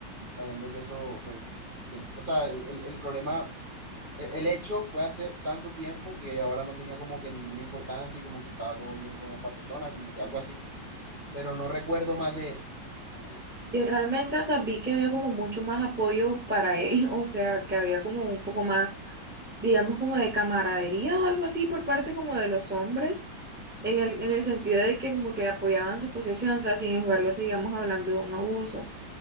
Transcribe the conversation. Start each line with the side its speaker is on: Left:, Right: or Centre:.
Right: sabiendo que eso, pues, se ent- o sea, el, el- el problema, el, el hecho fue hace tanto tiempo que ahora no tenía como que ninguna importancia y como que estaba todo bien con esa persona, como que algo así, pero no recuerdo más de eso. Ah,
Centre: Y realmente, o sea, vi que había como mucho más apoyo para él, <laughs> o sea, que había como un poco más, digamos, como de camaradería o algo así por parte como de los hombres, en el, en el sentido de que como que apoyaban su posesión, o sea, sin embargo, sigamos hablando de un abuso,